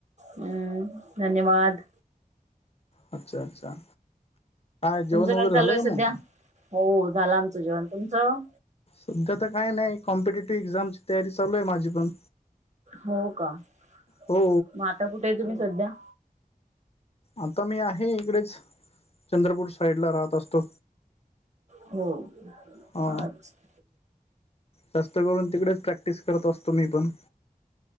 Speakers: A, on the right; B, on the left.
A: हम्म धन्यवाद.
B: अच्छा अच्छा! जेवण
A: तुमचं
B: वगैरे
A: काय चालू
B: झालं
A: आहे
B: का
A: सध्या
B: मग
A: हो झालं आमचं जेवण तुमचं.
B: सध्या तर काय नाही कॉम्पिटेटिव्ह एक्झामची तयारी चालू आहे माझी पण,
A: हो का मग
B: हो
A: आता कुठे आहे तुम्ही सध्या?
B: आता मी आहे इकडेच चंद्रपूर साईडला राहत असतो.
A: हो
B: हा
A: अच्छा
B: जास्त करून तिकडे, प्रॅक्टिस करत असतो मी पण,